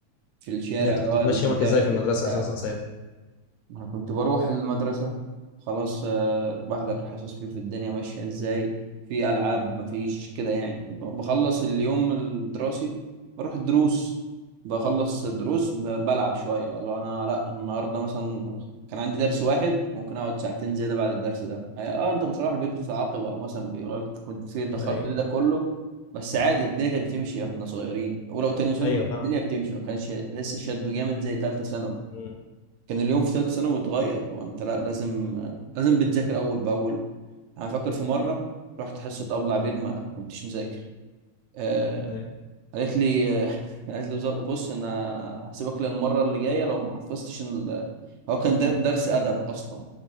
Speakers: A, on the right; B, on the left.
A: في الشارع
B: ان انت
A: اللي
B: كنت
A: هو
B: بتمشي
A: اللعب
B: يومك ازاي في
A: وبتاع
B: المدرسة اساسا ساعتها
A: ما انا كنت بروح المدرسة خلاص آه، بحضر الحصص فيه في الدنيا ماشية ازاي في ألعاب مفيش كده يعني ب- بخلص اليوم الدراسي بروح الدروس بخلص الدروس ب- بلعب شوية بقى لو انا لا النهاردة مثلا كان عندي درس واحد ممكن اقعد ساعتين زيادة بعد الدرس ده اه انت بتروح البيت بتتعاقب او مثلا بيقول لك كنت فين اتأخرت
B: ايوه
A: ليه ده كله بس عادي الدنيا كانت بتمشي احنا صغيرين ولو تاني سنة
B: ايوه
A: كانت
B: فاهم
A: الدنيا بتمشي ما كانش لسه شده جامد زي تالتة ثانوي
B: م-
A: كان اليوم في ثالثه ثانوي اتغير لو انت لا لازم آه، لازم بتذاكر اول باول انا فاكر في مره رحت حصه ابله
B: م-
A: عبير ما كنتش مذاكر آه
B: ايوه
A: قالت لي <laughs> آه قالت لي وزا- بص انا انا هسيبك للمره اللي جايه لو ما حفظتش ال- هو كان در- درس ادب اصلا